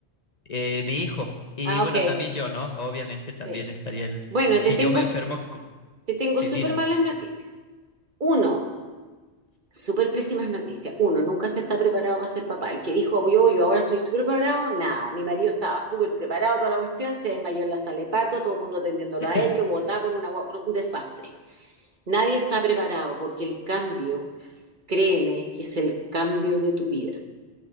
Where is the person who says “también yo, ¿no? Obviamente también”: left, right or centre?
Left